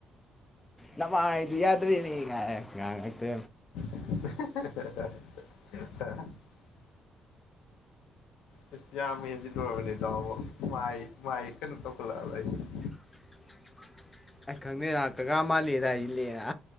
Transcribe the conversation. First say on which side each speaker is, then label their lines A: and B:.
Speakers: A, on the left; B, on the left.
A: ꯅꯃꯥꯏꯗꯨ ꯌꯥꯗ꯭ꯔꯦꯅꯦ ꯀꯥꯏꯔꯥ ꯉꯥꯡꯉꯛꯇꯣ
B: ꯑ ꯑꯩꯁ ꯌꯥꯝꯃ ꯍꯦꯟꯖꯤꯟ ꯂꯨꯔꯕꯅꯤ ꯇꯥꯎꯕ ꯃꯥꯏ ꯃꯥꯏ ꯀꯩꯅꯣ ꯇꯧꯈꯠꯂꯛꯑꯕ ꯑꯩꯁꯦ
A: <unintelligible> ꯑꯩ ꯈꯪꯗꯦꯔꯥ ꯀꯀꯥ ꯃꯥꯂꯦꯗ ꯍꯥꯏꯁꯤꯂꯦꯔꯥ